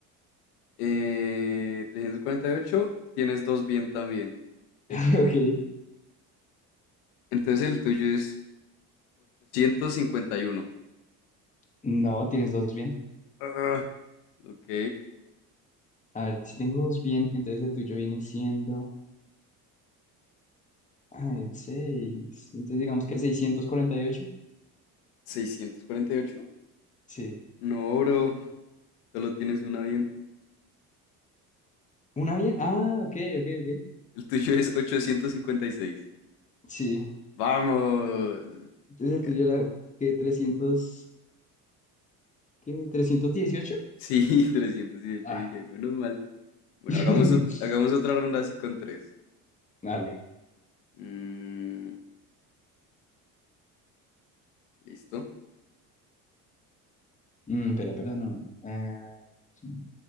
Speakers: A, on the left (about 75°); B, on the left (about 15°).
A: Eh, trescientos cuarenta y ocho tienes dos bien también. <laughs> Jeje.
B: <laughs> Ok.
A: Entonces el tuyo es 851.
B: No, tienes dos bien.
A: Ah, ok.
B: A ver, si tengo dos bien, entonces el tuyo viene siendo ah, el seis Entonces digamos que seiscientos cuarenta y ocho
A: ¿seiscientos cuarenta y ocho
B: Sí.
A: No, bro. Solo tienes una bien.
B: Una bien. Ah, ok, ok, ok.
A: El tuyo es ochocientos cincuenta y seis
B: Sí.
A: Vamos.
B: Entonces
A: Gané.
B: el tuyo era que trescientos ¿qué? trescientos dieciocho
A: Sí, <laughs> 318
B: Ah.
A: Guillén, menos mal. Bueno,
B: <laughs>
A: hagamos, ot- hagamos otra ronda así con tres.
B: dale,
A: Mm, listo.
B: Mm, pero, pero no. Ah, sí,